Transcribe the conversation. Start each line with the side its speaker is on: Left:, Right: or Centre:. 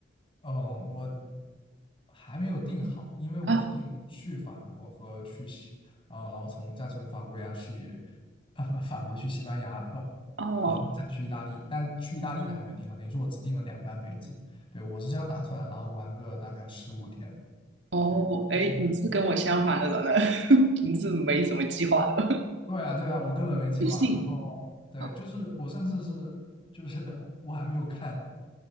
Left: 嗯，我还没有定好，因为我只定了去法国和去西啊、
Right: 啊，
Left: 然后从再从法国呀去呃 <laughs> 法国去西班牙，呃，
Right: 哦
Left: 然后再去意大利。但去意大利的还没有定好，等于说我只定了两班飞机。对，我是这样打算的，然后玩个大概十五天。
Right: 哦，
Left: 对，
Right: 诶，
Left: 就是
Right: 你是跟我相反的人呢，<laughs> 你是没什么计划的，
Left: 对啊，对啊，我根本没计划。
Right: 随性
Left: 然后对，
Right: 啊
Left: 就是我甚至是就是我还没有看，